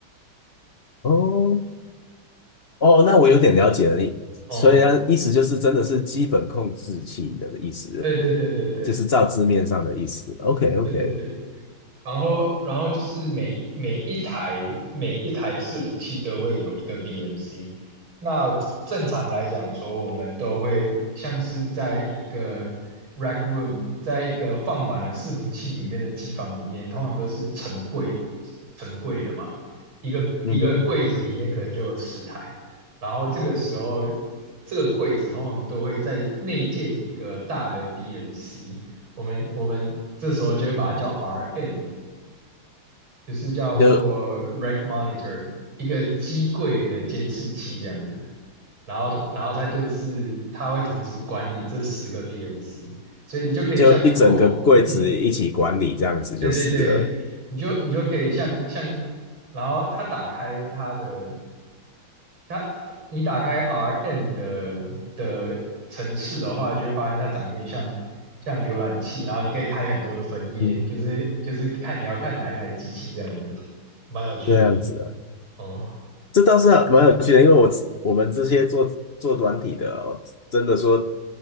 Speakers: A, on the left; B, on the right.
A: 哦哦，那我有点了解了。你所以它意思就是真的是基本控制器的意思，
B: 哦，对对对对对
A: 就是照字面上的意思。OK OK，
B: 对对对。然后，然后就是每每一台每一台伺服器都会有一个 BMC。那正常来讲说，我们都会像是在一个 rack room，在一个放满了伺服器里面的机房里面，通常都是成柜成柜的嘛，一个一个柜子里面可能就有十台。
A: 嗯哼，
B: 然后这个时候，这个柜子通常都会在内建一个大的 BMC。我们我们这时候就会把它叫 RM，就是叫做
A: 就
B: rack monitor，一个机柜的监视器这样子。然后，然后它就是它会同时管理这十个 BMC，所以你就可以像
A: 就一整个柜子一起管理这样子就是了，
B: Chrome，嗯，对对对，你就你就可以像像，然后它打开它的它，你打开 RM 的的城市的话，就会发现它长得有点像像浏览器，然后你可以开很多的分页，
A: 嗯，
B: 就是就是看你要看哪一台机器这样子，蛮有趣的。
A: 这样子啊，
B: 哦，
A: 这倒是蛮有趣的，因为我我们这些做做软体的哦，真的说